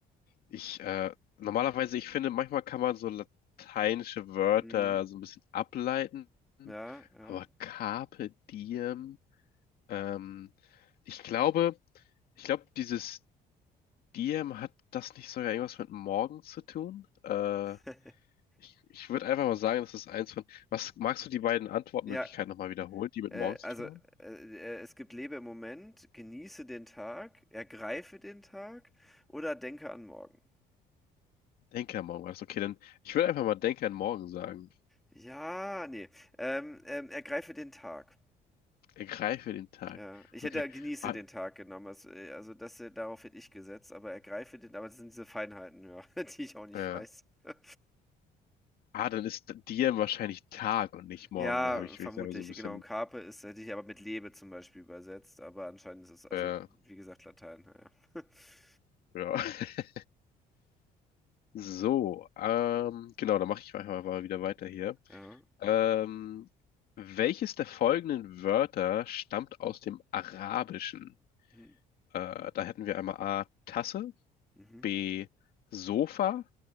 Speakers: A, on the left; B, in the centre.
A: Ich, äh, normalerweise, ich finde, manchmal kann man so lateinische Wörter
B: Mhm.
A: so ein bisschen ableiten.
B: Ja, ja.
A: Aber Carpe Diem, ähm, ich glaube, ich glaube, dieses Diem hat das nicht sogar irgendwas mit morgen zu tun? Äh,
B: <laughs>
A: ich ich würde einfach mal sagen, das ist eins von. Was magst du die beiden Antwortmöglichkeiten
B: Ja,
A: nochmal wiederholen, die mit
B: Äh,
A: morgen zu
B: also,
A: tun
B: äh,
A: haben?
B: äh, es gibt lebe im Moment, genieße den Tag, ergreife den Tag oder denke an morgen.
A: Denke an morgen war das. Okay, dann ich würde einfach mal Denke an morgen sagen.
B: Ja, ne, ähm, ähm, ergreife den Tag.
A: Ergreife den Tag.
B: Ja, ich
A: Okay.
B: hätte ja genieße
A: Ah,
B: den Tag genommen. Also, äh, also das, äh, darauf hätte ich gesetzt, aber ergreife den, aber das sind diese Feinheiten, ja, <laughs> die ich auch nicht
A: äh,
B: weiß. <laughs>
A: ah, dann ist dir wahrscheinlich Tag und nicht morgen.
B: Ja,
A: Da habe ich
B: vermutlich,
A: mich da so ein
B: genau.
A: bisschen.
B: Und Carpe ist, hätte ich aber mit Lebe zum Beispiel übersetzt, aber anscheinend ist es, also
A: Äh,
B: wie gesagt, Latein, ja. <laughs>
A: ja. <laughs> So, ähm, genau, dann mache ich einfach mal wieder weiter hier.
B: Ja.
A: Ähm, welches der folgenden Wörter stammt aus dem Arabischen?
B: Mhm.
A: Äh, da hätten wir einmal A, Tasse,
B: Mhm.
A: B, Sofa,